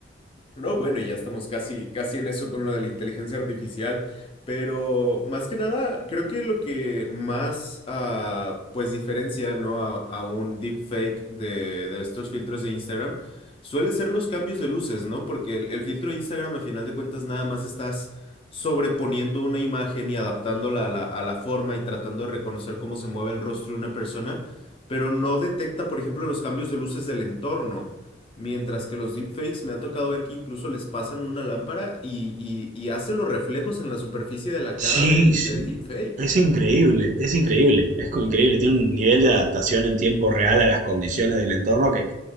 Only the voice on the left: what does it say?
No, bueno, y ya estamos casi, casi en eso con lo de la inteligencia artificial, pero más que nada, creo que lo que más, ah, pues, diferencia, ¿no? a, a un deepfake de, de estos filtros de Instagram suele ser los cambios de luces, ¿no? Porque el, el filtro de Instagram, a final de cuentas, nada más estás sobreponiendo una imagen y adaptándola a la, a la forma y tratando de reconocer cómo se mueve el rostro de una persona, pero no detecta, por ejemplo, los cambios de luces del entorno. Mientras que los deepfakes me ha tocado ver que incluso les pasan una lámpara y, y- y hace los reflejos en la superficie de la
cara del,
del deepfake.